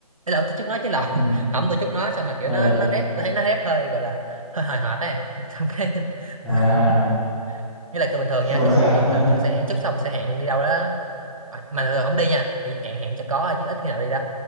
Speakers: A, on the right; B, in the centre.
A: thế là tôi chúc nó chứ lộn
B: ừ
A: <laughs> không tôi chúc nó xong mà kiểu
B: ờ
A: nó nó rép tôi thấy nó rép hơi gọi là hơi hời hợt ấy xong cái
B: à
A: <laughs> nghĩa là cứ bình thường
B: xong
A: nha
B: rồi
A: khi
B: sao
A: sinh nhật chúc là kiểu sẽ chúc xong sẽ hẹn đi đâu đó Ờ, mà thường không đi nha bị hẹn hẹn cho có thôi chứ ít khi nào đi lắm